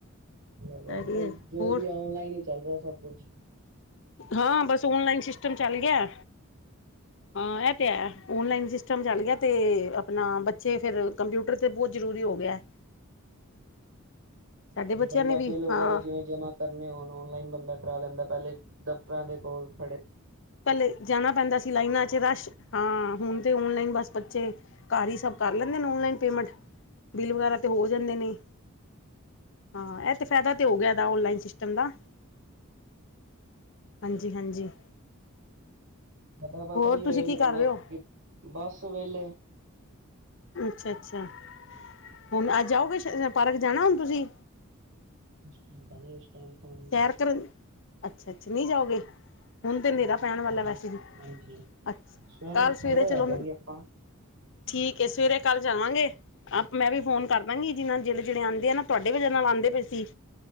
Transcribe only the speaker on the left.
ਹੈਗੀ
ਹੈ
ਹੋਰ
ਹਾਂ, ਬਸ ਔਨਲਾਈਨ ਸਿਸਟਮ ਚੱਲ ਗਿਆ। ਹਾਂ, ਇਹ ਤੇ ਹੈ ਓਨਲਾਈਨ ਸਿਸਟਮ ਚੱਲ ਗਿਆ ਤੇ ਆਪਣਾ ਬੱਚੇ ਫਿਰ ਕੰਪਿਊਟਰ ਤਾਂ ਬਹੁਤ ਜ਼ਰੂਰੀ ਹੋ ਗਿਆ। ਸਾਡੇ ਬੱਚਿਆਂ
ਨੇ ਵੀ
ਹਾਂ
ਪਲੇ ਜਾਣਾ ਪੈਂਦਾ ਸੀ ਲਾਈਨਾਂ ਚ ਰਸ਼ ਹਾਂ, ਹੁਣ ਤੇ ਓਨਲਾਈਨ ਬਸ ਬੱਚੇ ਘਰ ਹੀ ਸਭ ਕਰ ਲੈਂਦੇ ਨੇ ਓਨਲਾਈਨ ਪੇਮੈਂਟ। ਬਿੱਲ ਵਗੈਰਾ ਤੇ ਹੋ ਜਾਂਦੇ ਨੇ। ਹਾਂ, ਇਹ ਤੇ ਫਾਇਦਾ ਤੇ ਹੋ ਗਿਆ ਇਹਦਾ ਔਨਲਾਈਨ ਸਿਸਟਮ ਦਾ। ਹਾਂਜੀ, ਹਾਂਜੀ।
ਹੋਰ
ਤੁਸੀਂ ਕੀ
ਕਰ
ਰਹੇ ਹੋ
ਅੱਛਾ, ਅੱਛਾ। ਹੁਣ ਅੱਜ ਆਓਗੇ ਪਾਰਕ ਜਾਣਾ ਹੁਣ ਤੁਸੀਂ।
ਸੈਰ ਕਰਨ ਅੱਛਾ, ਅੱਛਾ ਨਹੀਂ ਜਾਓਗੇ। ਹੁਣ ਤੇ ਹਨੇਰਾ
ਪੈਣ
ਵਾਲਾ
ਵੈਸੇ ਵੀ
ਅੱਛਾ
ਕੱਲ
ਚਲੋ
ਠੀਕ ਏ ਸਵੇਰੇ ਕੱਲ ਜਾਵਾਂਗੇ। ਆਪ ਮੈਂ ਵੀ ਫੋਨ ਕਰ ਦਾਂਗੀ ਜਿ ਜਿੜੇ ਜਿਹੜੇ ਆਉਂਦੇ ਆ ਨਾ ਤੁਹਾਡੇ ਵਜਾ ਨਾਲ ਆਦੇ ਪਏ ਸੀ।